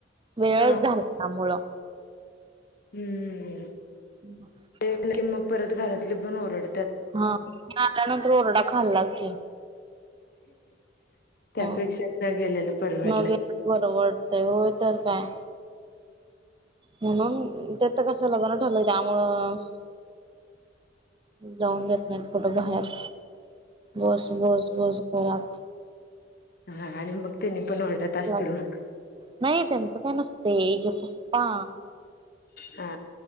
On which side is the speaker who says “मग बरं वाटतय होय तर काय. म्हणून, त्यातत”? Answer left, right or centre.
Right